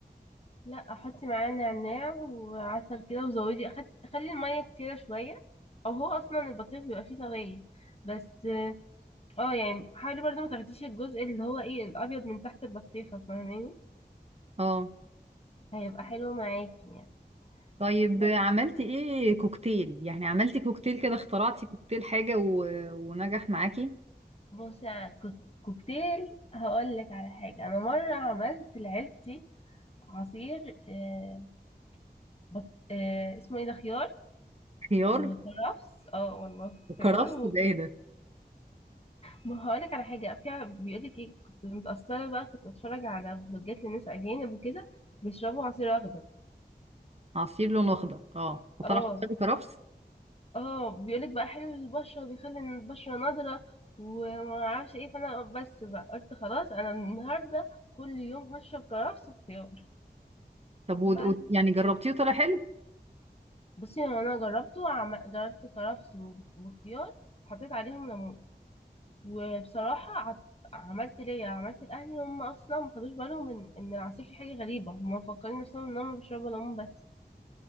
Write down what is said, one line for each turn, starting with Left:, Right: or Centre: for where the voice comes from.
Left: لا حطي معاه نعناع وعسل كده وزودي أخد... خلي المية كتيرة شوية او هو اصلا البطيخ بيبقى فيه سوائل بس اه يعني حاولي برضه ما تاخديش الجزء اللي هو ايه الابيض من تحت البطيخه فاهماني
Right: اه
Left: هيبقى حلو معاكي يعني
Right: طيب
Left: بس
Right: عملتي ايه كوكتيل يعني عملتي كوكتيل كده اخترعتي كوكتيل حاجة و... ونجح معاكي
Left: بصي على الكوك- كوكتيل هقول لك على حاجه انا مره عملت لعيلتي عصير آه بط... آه اسمه ايه ده خيار
Right: خيار
Left: وكرفس اه والله
Right: وكرفس
Left: خيار و...
Right: ده ايه ده
Left: ما هقول لك على حاجه فيها بيقول لك ايه كنت متاثره بقى كنت بتفرج على فلوجات لناس اجانب وكده بيشربوا عصير اخضر
Right: عصير لونه اخضر اه فطلع
Left: اه
Right: خيار وكرفس
Left: اه بيقولك بقى حلو للبشرة وبيخلي إن البشرة نضرة ومعرفش ايه فانا بس بقى قلت خلاص انا من النهاردة كل يوم هشرب كرفس وخيار
Right: طب
Left: بقى-
Right: و... و... يعني جربتيه وطلع حلو
Left: بصي هو انا جربته عم... جربت كرفس و- وخيار وحطيت عليهم ليمون وبصراحة عط... عملت ليا عملت لأهلي هم أصلا ما خدوش بالهم إن إن العصير فيه حاجة غريبة هم مفكرين نفسهم إن هم بيشربوا ليمون بس